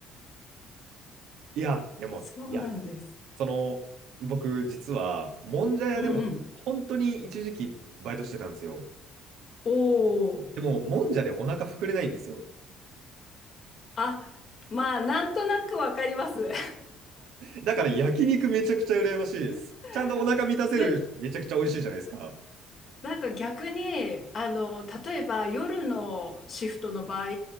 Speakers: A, on the right; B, on the left.
A: いや、でも、
B: そうなんです。
A: いや、その、僕、実は、もんじゃ屋でも、
B: うんうん。
A: 本当に一時期、バイトしてたんですよ。
B: おお
A: でも、もんじゃでお腹膨れないんですよ。
B: あ、まあ、なんとなくわかります。
A: だから、焼肉めちゃくちゃ羨ましいです。
B: <laughs>
A: ちゃんとお腹満たせる、
B: で、
A: めちゃくちゃ美味しいじゃないですか。
B: なんか逆に、あの、例えば夜のシフトの場合、